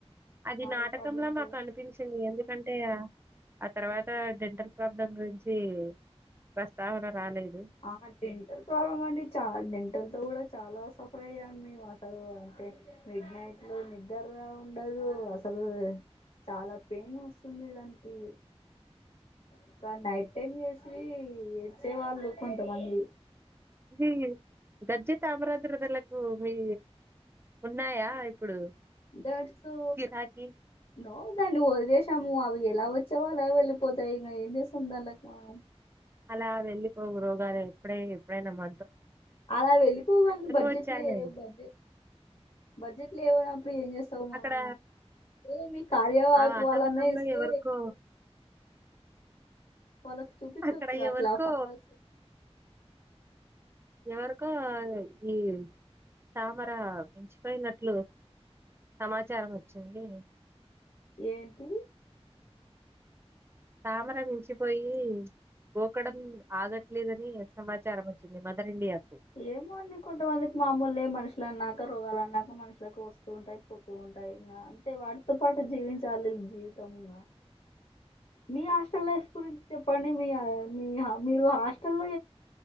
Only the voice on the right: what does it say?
అది
నాటకంలా
మాకు
అనిపించింది ఎందుకం టె అంత ఆ తర్వాత డెంటల్ ప్రాబ్లం గురించి ప్రస్తావన రాలేదు
మీ గర్జి తామరాద్రతలకు మీ ఉన్నాయా ఇప్పుడు
గిరాకీ
అలా వెళ్ళిపో రోగాలు ఎప్పుడై ఎప్పుడైనా మ
వచ్చాయి.
అవి.
అక్కడ
ఆ వాతావరణంలో
ఎవరికో
అక్కడ
ఎవరికో
ఎవరికో ఈ తామర మించిపోయినట్లు సమాచారం వచ్చింది
తామర మించిపోయి గోకడం ఆగట్లేదని సమాచారం వచ్చింది మదర్ ఇండియా